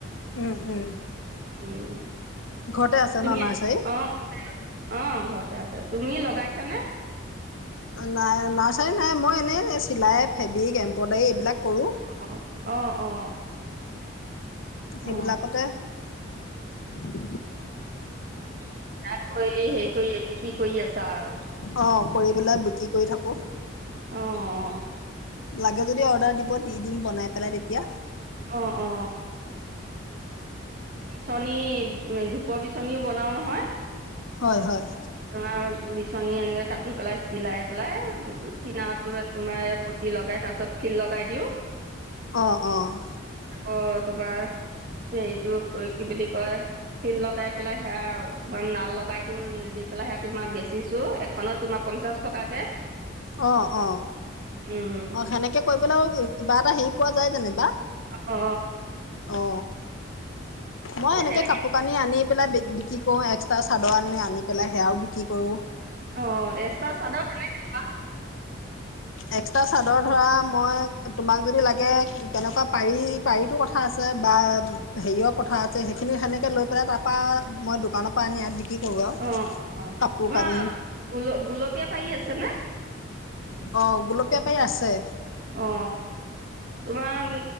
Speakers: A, on the left; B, on the right.
A: উম-উম,
B: উম
A: ঘৰতে আছে
B: তুমি
A: ন নাৰ্চাৰী?
B: অ অ' ঘৰতে আছে, তুমি লগাইছানে?
A: নাই, নাৰ্চাৰী নাই, মই এনেই চিলাই, ফেব্ৰিক, এমব্ৰইডাৰী এইবিলাক কৰোঁ।
B: অ অ' অ',
A: সেইবিলাকতে
B: অ
A: <unintelligible>
B: <unintelligible> কৰি হেই কৰি বিকি কৰি আছা আৰু।
A: অ কৰি পেলাই বিকি কৰি থাকো।
B: অ-অ,
A: লাগে, যদি অৰ্ডাৰ দিব দি দিম বনাই পেলাই তেতিয়া।
B: অ অ চনী ধূপৰ বিচনীও বনাও নহয়।
A: হয়-হয়,
B: তোমাৰ বিচনী এনেকৈ কাটি পেলাই, চিলাই পেলাই কিনাৰটো তোমাৰ পটি লগাই তাৰপিছত ফিল লগাই দিওঁ।
A: অ'-অ',
B: অ', তোমাৰ হেৰিটো কি বুলি কয়, ফিল্ লগাই পেলাই সেয়া তোমাৰ নাল লগাই দিও দি। পেলাহে তোমাৰ বেচিছো এখনত তোমাৰ পঞ্চাশ টকাকে,
A: অহ-অহ
B: উম
A: অ' সেনেকে কৈ পেলাই আৰু কিবা এটা হেৰি পোৱা যায় যেনিবা।
B: অ
A: অ মই এনেকে
B: তেনেকে
A: কাপোৰ কানি আনি পেলাই বি বিক্ৰী কৰো এক্সট্ৰা চাদৰ আনি আনি পেলাই সেয়াও বিক্ৰী কৰো।
B: অ এক্সট্ৰা চাদৰ কেনেকে লোৱা,
A: এক। চাদৰ ধৰা মই তোমাক যদি লাগে, কেনেকুৱা পাৰি, পাৰিতো কথা আছে বা হেৰিয়ৰ কথা আছে সেইখিনি সেনেকে লৈ পেলাই তাৰ পৰা মই দোকানৰ পৰা আনি, বিক্ৰী কৰো আৰু
B: অ অ তোমাৰ
A: কাপোৰ কানি
B: গুল গুলপীয়া, পাৰি আছে নে,
A: অ গুলপীয়া পাৰি আছে,
B: অ। তোমাৰ